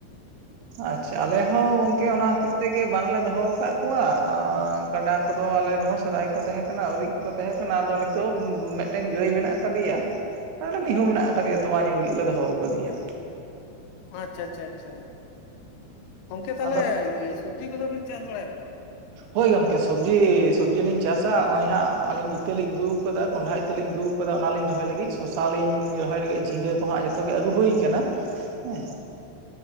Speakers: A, on the right; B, on the left.
A: ᱟᱪᱪᱷᱟ ᱟᱞᱮ ᱦᱚᱸ ᱜᱚᱝᱠᱮ ᱚᱱᱟ ᱦᱚᱛᱮᱡ ᱛᱮᱜᱮ ᱵᱟᱝᱞᱮ ᱫᱚᱦᱚ ᱟᱠᱟᱫ ᱠᱚᱣᱟ᱾ ᱠᱟᱰᱟ ᱠᱚᱫᱚ ᱟᱞᱮ ᱨᱮᱱᱦᱚ ᱥᱮᱫᱟᱭ ᱠᱚ ᱛᱟᱦᱮᱸ ᱠᱟᱱᱟ ᱟᱹᱣᱨᱤ ᱜᱮ ᱠᱚ ᱛᱟᱦᱮᱸ ᱠᱟᱱᱟ, ᱟᱫᱚ ᱱᱤᱛᱚᱜ ᱢᱤᱫᱴᱮᱱ ᱜᱟᱹᱭ ᱢᱮᱱᱟᱜ ᱟᱠᱟᱫᱮᱭᱟ᱾ ᱢᱤᱦᱩ ᱢᱮᱱᱟᱜ ᱟᱠᱟᱫᱮᱭᱟ ᱛᱚᱣᱟ ᱧᱩ ᱞᱟᱹᱜᱤᱫ ᱞᱮ ᱫᱚᱦᱚ ᱟᱠᱟᱫᱮᱭᱟ᱾
B: ᱟᱪᱪᱷᱟ ᱪᱷᱟ ᱪᱷᱟ ᱜᱚᱝᱠᱮ ᱛᱟᱦᱚᱞᱮ
A: ᱟᱫᱚ
B: ᱥᱚᱵᱡᱤ ᱠᱚᱫᱚ ᱵᱤᱱ ᱪᱟᱥ ᱵᱟᱲᱟᱭᱟ ᱥᱮ ᱵᱟᱝ?
A: ᱦᱚᱭ ᱜᱚᱝᱠᱮ ᱥᱚᱵᱡᱤ ᱥᱚᱵᱡᱤᱞᱤᱧ ᱪᱟᱥᱟ ᱱᱚᱜ ᱚᱭ ᱦᱟᱸᱜ ᱟᱹᱞᱤᱧ ᱤᱛᱟᱹ ᱞᱤᱧ ᱟᱹᱜᱩ ᱟᱠᱟᱫᱟ᱾ ᱠᱚᱸᱰᱷᱟ ᱤᱛᱟᱹ ᱞᱤᱧ ᱟᱹᱜᱩ ᱟᱠᱟᱫᱟ ᱚᱱᱟᱞᱤᱧ ᱨᱚᱦᱚᱭ ᱞᱟᱹᱜᱤᱫ ᱥᱚᱥᱟᱞᱤᱧ ᱨᱚᱦᱚᱭ ᱞᱟᱹᱜᱤᱫ ᱡᱷᱤᱸᱜᱟᱹ ᱠᱚᱦᱚᱸ ᱡᱚᱛᱚ ᱜᱮ ᱟᱹᱜᱩ ᱦᱩᱭ ᱟᱠᱟᱱᱟ᱾
B: <inaudible>
A: ᱦᱮᱸ